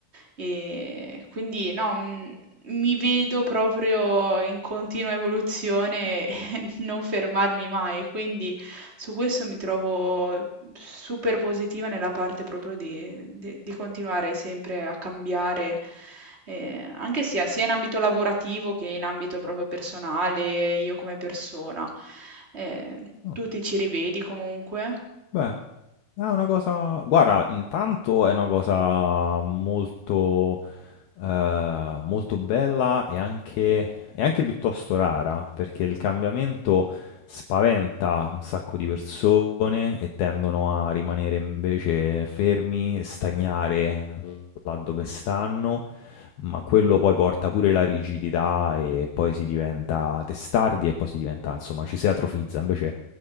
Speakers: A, on the right (about 35°); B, on the left (about 70°).
A: E quindi no, mm, mi vedo proprio in continua evoluzione e <laughs> non fermarmi mai, quindi su questo mi trovo super positiva nella parte proprio di, di- di continuare sempre a cambiare, eh, anche sia, sia in ambito lavorativo che in ambito proprio personale, io come persona. Eh,
B: Oh,
A: tu ti ci rivedi comunque?
B: beh, è una cosa guarda, intanto è una cosa molto, ehm, molto bella e anche e anche piuttosto rara, perché il cambiamento spaventa un sacco di persone e tendono a rimanere invece fermi, stagnare là dove stanno, ma quello poi porta pure la rigidità e poi si diventa testardi e poi si diventa, insomma, ci si atrofizza. Invece